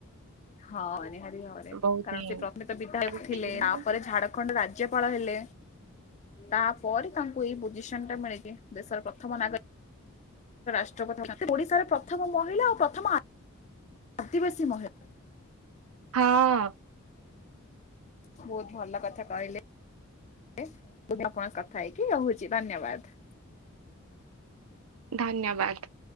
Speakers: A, on the left; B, on the right.
A: ହଁ ନିହାତି ଭାବରେ
B: ବହୁତ
A: କାରଣ
B: ହିଁ
A: ସେ ପ୍ରଥମେ ତ ବିଧାୟକ
B: କରିକି
A: ଥିଲେ,
B: ଦେଲେ
A: ତାପରେ ଝାଡଖଣ୍ଡ ରାଜ୍ୟପାଳ ହେଲେ। ତାପରେ ତାଙ୍କୁ ଏଇ ପୋଜିସନ୍ ଟା ମିଳିଛି, ଦେଶର ପ୍ରଥମ ନାଗରି ସେ ଓଡିଶାର ପ୍ରଥମ ମହିଳା ଓ ପ୍ରଥମ ଆ ଆଦିବାସୀ ମହିଳା।
B: ହଁ।
A: ବହୁତ ଭଲ କଥା କହିଲେ, ଲେ <inaudible> ଆପଣ କଥା ହେଇକି ରହୁଛି ଧନ୍ୟବାଦ।
B: ଧନ୍ୟବାଦ।